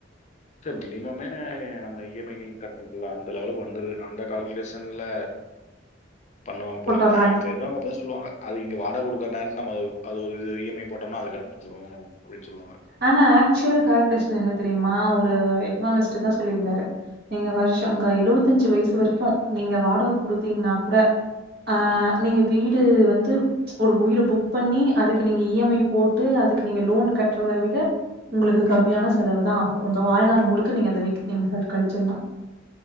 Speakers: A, on the left; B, on the right.
A: சார் மினிமமே நம்ம இ எம் ஐ கட்டர்துலா அந்த லெவலுக்கு வந்துடுது அந்த கால்குலேஷன்ல பண்ணுவாங்க போல
B: போட்டர்றாங்க.
A: நா எனக்கு தெரிஞ்சவங்க அப்பிதா சொல்லுவாங்க அது இங்க வாகை குடுக்குற நேரத்து நம்ம அது ஒரு இது இ எம் ஐ போட்டோம்னா அது கண்டுபுடிச்சுரு அப்டின் சொல்லுவாங்க
B: ஆனா ஆக்சுவல் கால்குலேஷன் என்ன தெரியுமா ஒரு எக்கனாமிஸ்ட் தா சொல்லியிருந்தாரு நீங்க வருஷோ உங்க எழுவத்த அஞ்சு வயசு வரைக்கு நீங்க வாடக குடுத்தீங்கன்னா கூட ஆ
A: ம்
B: நீங்க வீடு வந்து ஒரு வீடு புக் பண்ணி அதுக்கு நீங்க இ எம் ஐ போட்டு அதுக்கு நீங்க லோன் கட் அத விட உங்களுக்கு
A: ம்
B: கம்மியான
A: ம்
B: செலவு தா உங்க வாழ்நாள் முழுக்க நீங்க அந்த வீட்டுல நீங்க உக்கார்ந்து கழிச்சில்லா